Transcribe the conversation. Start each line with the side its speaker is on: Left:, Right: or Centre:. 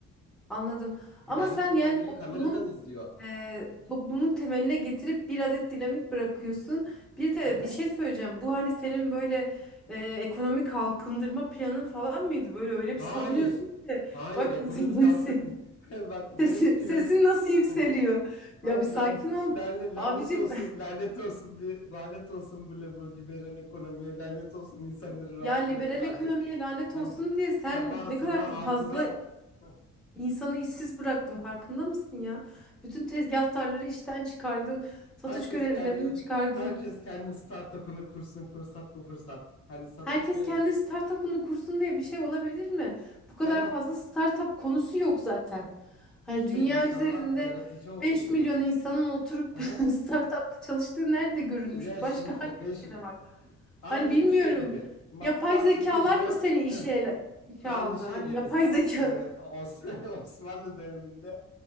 Centre: Anladım.
Left: Güvenlik
Centre: Ama sen
Left: görevlileri
Centre: yani toplumun
Left: kameradan izliyor.
Centre: e, toplumun temeline getirip bir adet dinamit bırakıyorsun. Bir de
Left: Hı hı.
Centre: bir şey söyleyeceğim. Bu hani senin böyle e, ekonomik kalkındırma planın falan mıydı? Böyle öyle bir
Left: Hayır.
Centre: savunuyorsun ki.
Left: Hayır,
Centre: Bak
Left: ekonomik
Centre: <laughs> senin
Left: halkın
Centre: se-
Left: <laughs> bak benim
Centre: sesi,
Left: plan
Centre: sesin nasıl yükseliyor.
Left: <laughs> Hayır
Centre: Ya bir
Left: lan,
Centre: sakin ol.
Left: lan,
Centre: Abicim
Left: lanet olsun, lanet olsun bir lanet olsun bu, le- bu liberal ekonomiye, lanet olsun insanları
Centre: <laughs>
Left: rahat
Centre: ya liberal
Left: bırakın artık.
Centre: ekonomiye lanet
Left: Hani
Centre: olsun diye sen
Left: sabah
Centre: ne
Left: sabah
Centre: kadar
Left: altıda
Centre: fazla
Left: hah,
Centre: insanı işsiz bıraktın farkında mısın ya? Bütün tezgahtarları işten çıkardın, satış
Left: herkes
Centre: görevlilerini
Left: kendi
Centre: çıkardın.
Left: herkes kendi startup'ını kursun fırsat bu fırsat. Hani satış
Centre: Herkes
Left: görevlisi.
Centre: kendi startup'ını kursun diye bir şey olabilir mi? Bu kadar
Left: Tamam
Centre: fazla startup konusu yok zaten. Hani
Left: işte
Centre: dünya
Left: insanlar
Centre: üzerinde
Left: yaratıcı olsun
Centre: 5
Left: biraz.
Centre: milyon insanın oturup
Left: Aha.
Centre: <laughs> startup'ta çalıştığı nerede görülmüş?
Left: Ya
Centre: Başka
Left: şimdi
Centre: hangi
Left: 5
Centre: ülkede var?
Left: aynı
Centre: Hani bilmiyorum.
Left: bu şey gibi matbaa
Centre: Yapay zekalar
Left: çıkınca
Centre: mı seni işe
Left: <laughs>
Centre: ele- işe
Left: Aynı
Centre: aldı?
Left: şey
Centre: Hani
Left: gibi
Centre: yapay
Left: sen
Centre: zeka.
Left: e, Osmanlı, <laughs> Osmanlı döneminde